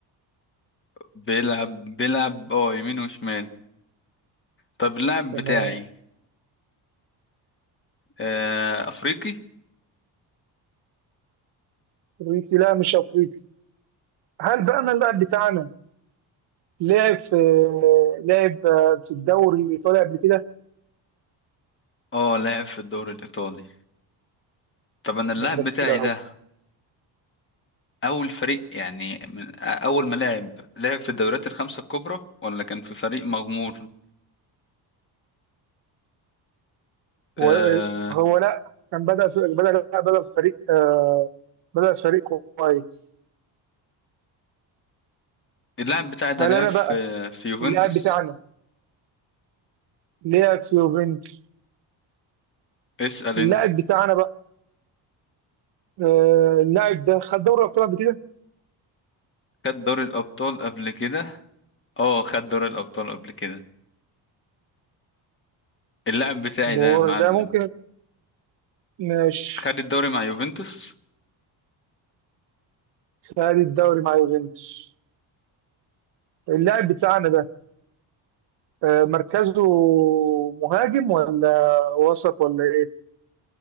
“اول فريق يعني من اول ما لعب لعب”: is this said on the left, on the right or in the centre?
Left